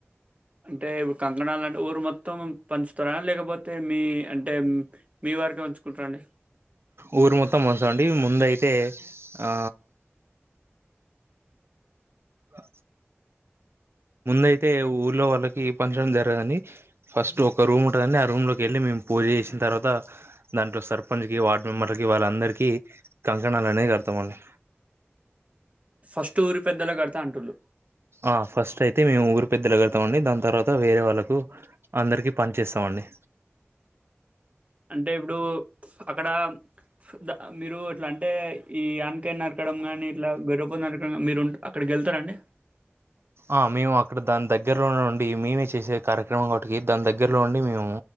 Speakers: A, on the right; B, on the right.
A: అంటే కంకణాల అంటే ఊరు మొత్తం పంచుతార లేకపోతే మీ అంటే మీ వారికే ఉంచుకుంటరండి
B: ఊరు మొత్తం పంచం అండి ముందయితే ఆ అ ముందయితే ఊర్లో వాళ్ళకి పంచడం జరగదండి ఫస్ట్ ఒక రూమ్ ఉంటదండి ఆ రూమ్ లోకి వెళ్ళి మేము పూజ చేసిన తర్వాత దాంట్లో సర్పంచ్ కి వార్డ్ మెంబర్లకి వాళ్ళందరికీ కంకణాలు అనేవి కడ్తంఅండి
A: ఫస్ట్ ఊరి పెద్దలకడత అంటుల్లు
B: ఆ ఫస్ట్ అయితే మేము ఊరు పెద్దలకడతాం అండి దాని తర్వాత వేరే వాళ్ళకు అందరికీ పనిచిస్తామండి
A: అంటే ఇప్పుడు అక్కడ ద మీరు ఎట్లా అంటే ఈ అ నరకడంగాని ఇట్లా గరుపుత్ నర్ మ్ మీరుంట అక్కడికి వెళ్తరండి
B: ఆ మేము అక్కడ దాని దగ్గరలోనుండి మేమే చేసే కార్యక్రమం కాబట్టి దాని దగ్గరలో ఉండి మేము